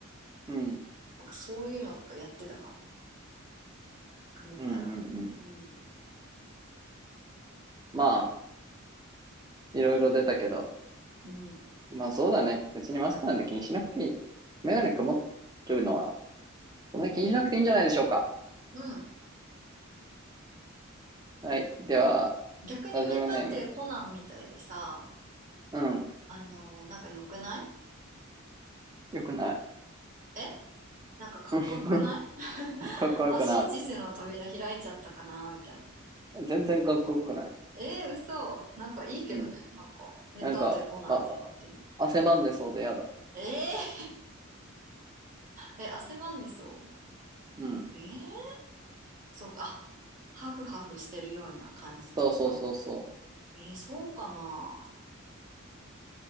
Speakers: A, on the right; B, on the right.
A: うん。
B: なんかそういうのとかやってたかも。曇ったら。
A: うんうんうん。
B: うん。
A: まあ、いろいろ出たけど。
B: うん。
A: まあそうだね。別にマスクなんて気にしなくていい。メガネ曇るのは、そんなに気にしなくていいんじゃないでしょうか。
B: うん。
A: <laughs> はい。では、
B: 逆に名探偵コナンみたいでさ、
A: ラジオネーム。うん。
B: あのーなんか良くない
A: よくない。
B: えなんかかっこよくない
A: <laughs>
B: <laughs>
A: かっこよくな
B: あ、真実の扉開いちゃったかなみたいな。
A: い。全然かっこよくない。
B: えー、嘘。なんかいいけどね。
A: うん。
B: なんか、名探偵コナンみたいになってんの。
A: なんか、あ、汗ばんでそうでやだ。
B: えー、<laughs> え、汗ばんでそ
A: うん。
B: うえー、そうか。あ、ハフハフしてるような感じってこと
A: そうそうそうそ
B: えー、そうかな